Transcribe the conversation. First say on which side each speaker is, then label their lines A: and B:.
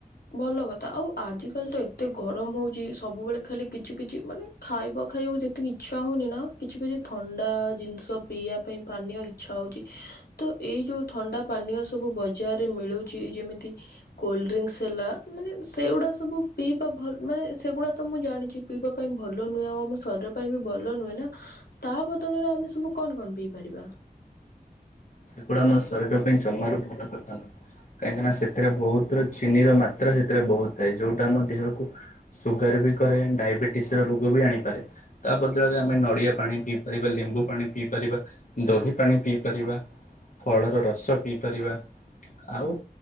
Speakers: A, on the left (about 80°); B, on the left (about 55°).
A: ଭଲ କଥା ଆଉ ଆଜିକାଲି ତ ଏତେ ଗରମ ହଉଛି ସବୁବେଳେ ଖାଲି କିଛି କିଛି ମାନେ ଖାଇବା ଖାଇବାକୁ ଯେତିକି ଇଚ୍ଛା ହଉନି ନା, କିଛି କିଛି ଥଣ୍ଡା ଜିନିଷ ପିଇବା ପାଇଁ ପାନୀୟ ଇଛା ହୋଉଚି ତ ଏଇ ଯୋଉ ଥଣ୍ଡା ପାନୀୟ ସବୁ ବଜାରରେ ମିଳୁଚି ଯେମିତି କୋଲଡ ଡ୍ରିଙ୍କକ୍ସ ହେଲା ମା ସେଗୁଡ଼ା ସବୁ ପିଇବା ଭଲ ମାନେ ସେଗୁଡା ତ ମୁଁ ଜାଣିଚି ପିଇବା ପାଇଁ ଭଲ ନୁହେଁଉ ଆମ ଶରୀ ପାଇଁ ବି ଭଲ ନୁହେଁ ନା ତା ବଦଳରେ ଆମେ ସବୁ କଣ କଣ ପିଇପାରିବା?
B: ସେଗୁଡା ଆମ ଶରୀର ପାଇଁ ଜମାରୁ ଭଲ କଥା ନୁହଁ। କାହିଁକିନା ସେଥିରେ ବୋହୁତ ଚିନି ର ମାତ୍ରା ସେଥିରେ ବୋହୁତ ଥାଏ, ଯୋଉଟା ଆମ ଦେହକୁ ସୁଗାର ବି କରେ ଡାଇବେଟିସ ର ରୋଗ ବି ଆଣିପାରେ। ତା ବଦଳରେ ଆମେ ନଡ଼ିଆ ପାଣି ପିଇପାରିବା, ଲେମ୍ବୁ ପାଣି ପିଇପାରିବା, ଦହି ପାଣି ପିଇପାରିବା। ଫଳର ରସ ପିଇ ପାରିବା। ଆଉ